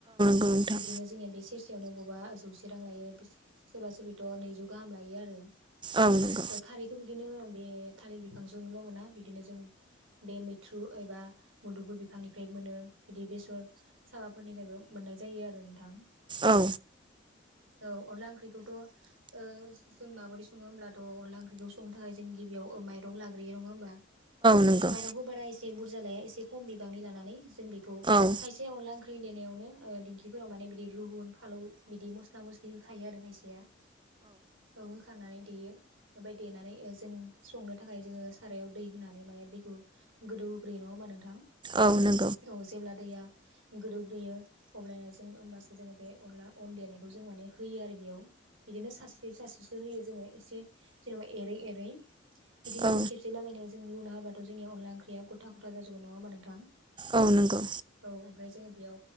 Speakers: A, on the right; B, on the right.
A: नोंथां
B: बिदिनो जोंनिया बे सेरसेयावनो बबा जौसे रां लायो सोरबा सोबिथ' नैजौ गाहाम लायो आरो।
A: औ नंगौ
B: खारैखौ बिदिनो बे थालिर बिफांजोंल' मोना बिदिनो जों बे मैथ्रु एबा मुदुगुल बिफांनि ओमफ्राय मोनो बिदि बेसर साबाफोरनिफ्रायबो मोननाय जायो आरो नोंथां।
A: औ।
B: औ अनला ओंख्रिखौथ' ओ जों माबोरै सङो होमब्लाथ' अनला ओंख्रिखौ संनो थाखाय जों गिबियाव माइरं लाग्रोयो नङा होम्बा?
A: नंगौ
B: माइरंखौ बारा एसे बुरजा लाया एसे खम बिबांनि लानानै जों बे खौ
A: औ
B: खायसे अनला ओंख्रि देनायावनो ओ दिंखिफोराव माने बिदि रुहुन फालौ बिदि मस्ला-मस्लि होखायो आरो खायसेया। औ होखांनानै देयो ओमफ्राय देनानै ओ संनो थाखाय जोङो सारायाव दै होनानै माने दैखौ गोदौ होग्रोयो नङाओमबा नोंथां?
A: औ नों
B: औ जेब्ला दैया गोदौग्रोयो अब्लानिया जों ओमबासो जोङो बे अनला अन देनायखौ जों माने होयो आरो बेयाव। बिदिनो सास्रि सास्रिसो होयो जोङो एसे जेनेबा एरै एरै। बिदिनो
A: औ
B: जों खेबसे लागायनो जों लुना होबाथ' जोंनि अनला ओंख्रिया गथा गथा जाजोबो नङा होमबा नोंथां?
A: औ नंगौ।
B: औ ओमफ्राय जोङो बेयाव